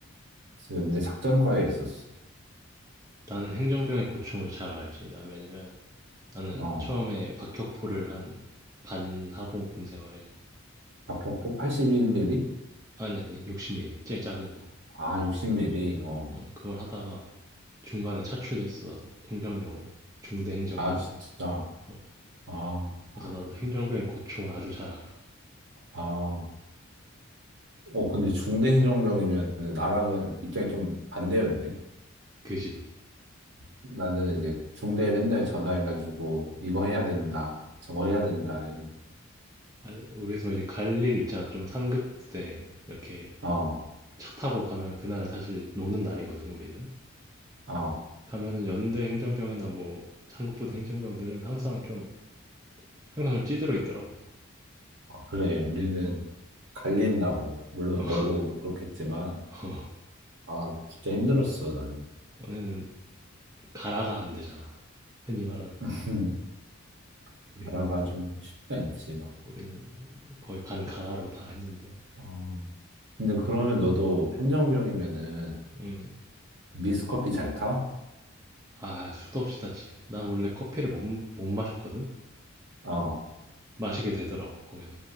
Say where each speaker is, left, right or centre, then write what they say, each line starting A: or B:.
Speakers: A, on the right; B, on the right.
A: 그래서 연대 작전과에 있었어.
B: 나는 행정병의 고충을 잘 알지 나 왜냐면 나는
A: 어,
B: 처음에 박격포를 한 반 하고 군 생활에
A: 박격포 81mm?
B: 아니 아니 60mm 제일 작은
A: 아, 60mm? 어,
B: 어, 그걸 하다가 중간에 차출됐어, 나도. 행정병으로. 중대 행정병으로.
A: 아, 진짜.
B: 어.
A: 아,
B: 그래서
A: 아,
B: 나도 행정병의 고충을 아주 잘 알아.
A: 아. 어, 근데 중대행정병이면 나랑은
B: 음,
A: 입장이 좀 반대였네.
B: 그지.
A: 나는 이제 중대에 맨날 전화해가지고 이거 해야 된다, 저거 해야 된다, 이런.
B: 아, 우리도 이제 갈 일이 있잖아. 좀 상급 부대 이렇게
A: 어,
B: 차 타고 가면 그날은 사실 노는 날이거든, 우리는.
A: 어,
B: 가면은 연대 행정병이나 뭐 상급 부대 행정병들은 항상 좀, 항상 좀 찌들어 있더라고.
A: 어, 그래. 우리는
B: 어,
A: 갈린다고. 물론
B: 어,
A: 너도 그렇겠지만,
B: <laughs>
A: 아, 진짜 힘들었어, 나는.
B: 너네는 가라가 안 되잖아. 흔히 말하는.
A: <laughs>
B: 우리는,
A: 나라가 좀 쉽지 않지, 막.
B: 우리는 거의 반 가라로 다 했는데.
A: 어. 근데 그러면 너도 행정병이면은
B: 음.
A: 믹스커피 잘 타?
B: 아 수도 없이 탔지. 난 원래 커피를 못 못 마셨거든.
A: 어.
B: 마시게 되더라고 거기서.